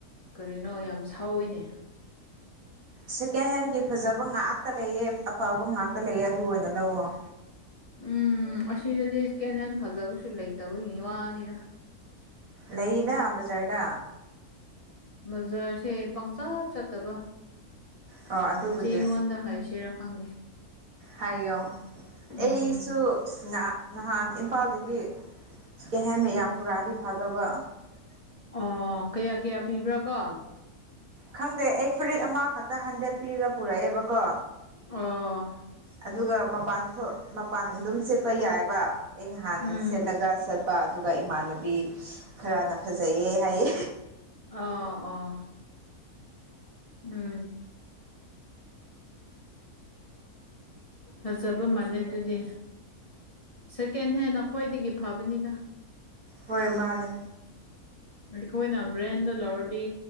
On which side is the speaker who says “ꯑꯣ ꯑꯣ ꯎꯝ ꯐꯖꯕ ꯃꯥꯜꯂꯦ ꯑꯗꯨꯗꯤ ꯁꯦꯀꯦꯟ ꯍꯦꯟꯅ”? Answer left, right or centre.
Left